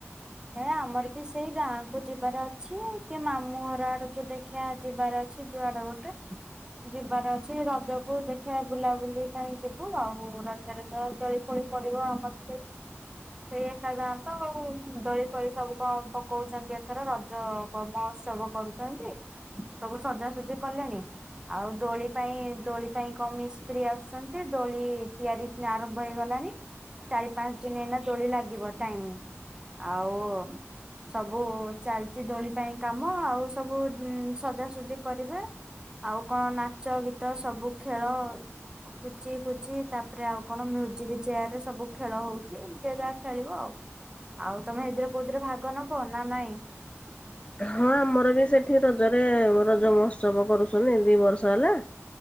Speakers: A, on the right; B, on the left.
A: ହେ ଆମର ବି ସେଇ ଗାଁ କୁ ଯିବାର ଅଛି କି ମାମୁଁ ଘର ଆଡକୁ <unintelligible> ଖିଆ ଯିବାର ଅଛି ଯୁଆଡେ ଗୋଟେ ଯିବାର ଅଛି ରଜକୁ ଦେଖିବା ବୁଲାବୁଲି ପାଇଁ ଯିବୁ ଆଉ ରଜରେ ତ ପଳି ପଡିବ ଆମର ସେ ସେଇ ଏକା ଯାଆନ୍ତ ଆଉ। ଦୋଳି ଫୋଳି ସବୁ କଣ ପକଉଚନ୍ତି ଏଥର ରଜ ମହୋତ୍ସବ କରୁଚନ୍ତି। ସବୁ ସଜାସଜି କଲେଣି? ଆଉ ଦୋଳି ପାଇଁ ଦୋଳି ପାଇଁ କଣ ମିସ୍ତ୍ରୀ ଆସୁଚନ୍ତି ଦୋଳି ତିଆରି ଆରମ୍ଭ ହେଇଗଲାଣି ଚାରି ପାଞ୍ଚ ଦିନ ହେଇନା ଦୋଳି ଲାଗିବ ଟାଇମ୍। ଆଉ ସବୁ ଚାଲିଚି ଦୋଳି ପାଇଁ କାମ ଆଉ ସବୁ ସଜାସଜି କରିବେ। ଆଉ କଣ ନାଚ ଗୀତ ସବୁ ଖେଳ ପୁଚି ଫୁଚି ତାପରେ ଆଉ କଣ ମ୍ୟୁଜିକ୍ ଚେୟାର ରେ ସବୁ ଖେଳ ହଉଚି ଯିଏ ଯାହା ଖେଳିବ ଆଉ। ଆଉ ତମେ ଏଇଥିିରେ କଉଥିିରେ ଭାଗ ନବ ନା ନାଇଁ?
B: ହଁ ଆମର ବି ସେଠି ରଜରେ ରଜ ମହୋତ୍ସବ କରୁଛନ୍ତି, ଦି ବର୍ଷ ହେଲା।